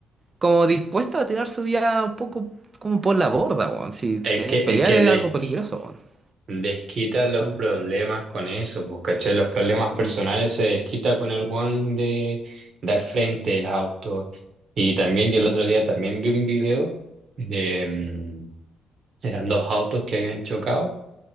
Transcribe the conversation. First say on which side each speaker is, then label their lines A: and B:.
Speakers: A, on the right (about 30°); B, on the right (about 55°).
A: como dispuesta a tirar su vida un poco como por la borda, weón. Si
B: Es
A: eh,
B: que,
A: pelear
B: es que
A: es
B: des-
A: algo peligroso, weón.
B: desquita los
A: Mm,
B: problemas con eso, pues, ¿cachai? Los problemas personales
A: mm,
B: se desquita con el Juan de dar frente el auto. Y también yo el otro día también vi un video de... mm, eran dos autos que habían chocado.